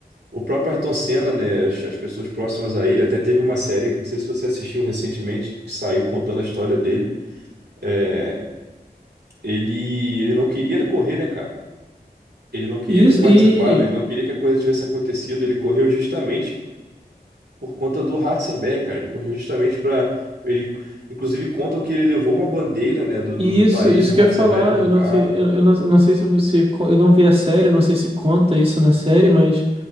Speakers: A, on the right; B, on the right.
A: O próprio Ayrton Senna, né? As, as pessoas próximas a ele, até teve uma série, que não sei se você assistiu recentemente, que saiu contando a história dele. É, ele, ele não queria correr, né, cara? Ele não queria
B: E
A: ter
B: isso,
A: participado,
B: e,
A: ele não queria que a coisa tivesse acontecido, ele correu justamente por conta do Ratzenberger, cara. Ele correu justamente para ele, inclusive contam que ele levou uma bandeira, né, do, do,
B: e
A: do
B: isso,
A: país
B: isso
A: do Ratzenberger
B: quer falar,
A: no
B: eu
A: carro.
B: não sei, eu, eu não, eu não sei se você, co- eu não vi a série, não sei se conta isso na série, mas